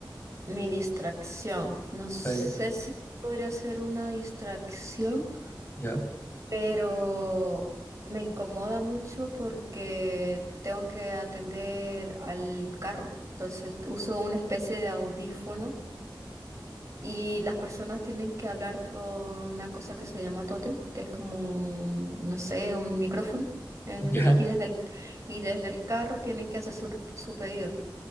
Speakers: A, on the right; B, on the left.
A: Mi distracción. No sé
B: Sí,
A: si podría ser una distracción,
B: ya,
A: pero me incomoda mucho porque tengo que atender al carro. Entonces uso una especie de audífono y las personas tienen que hablar por una cosa que se llama tótem, que es como, un, no sé, un micrófono. En-
B: ya.
A: y desde el, y desde el carro tienen que hacer su, su pedido.